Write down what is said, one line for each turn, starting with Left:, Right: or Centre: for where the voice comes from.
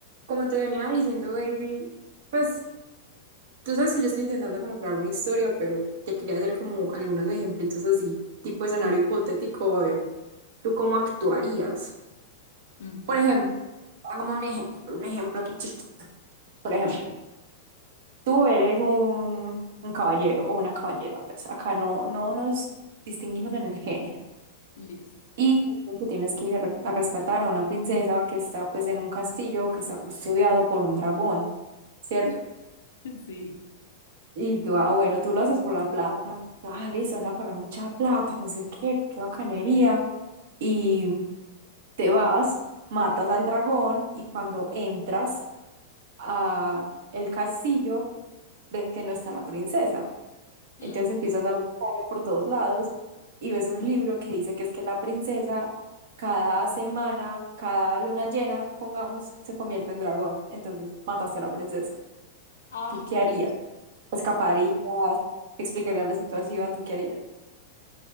Right: Como te venía diciendo, baby, pues tú sabes que yo estoy intentando como crear una historia, pero te quería hacer como algunos ejemplitos así, tipo escenario hipotético, a ver, ¿tú cómo actuarías?
Left: Ujú,
Right: Por ejemplo, hagamos un ejemplo, un ejemplo aquí chiquito. Por ejemplo, tú eres un, un caballero o una caballera, pues acá no, no nos distinguimos en el género.
Left: Listo.
Right: Y dicen que tienes que ir a, re- a rescatar a una princesa que está pues en un castillo que está custodiado por un dragón, ¿cierto?
Left: <laughs> Sí.
Right: Y tú, ah, bueno, tú lo haces por la plata. Ah, listo, van a pagar mucha plata, no sé qué, qué bacanería. Y te vas, matas al dragón y cuando entras a el castillo, ves que no está la princesa.
Left: Hmm.
Right: Entonces empiezas a buscarla por todos lados y ves un libro que dice que es que la princesa cada semana, cada luna llena, pongamos, se convierte en dragón. Entonces mataste a la princesa.
Left: Ah,
Right: ¿Tú qué harías? Escaparías, explicarías la situación, ¿tú qué harías?